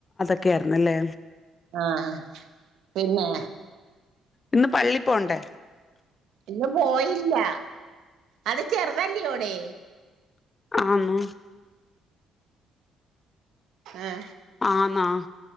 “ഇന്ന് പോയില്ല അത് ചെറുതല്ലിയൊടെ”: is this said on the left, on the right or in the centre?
Right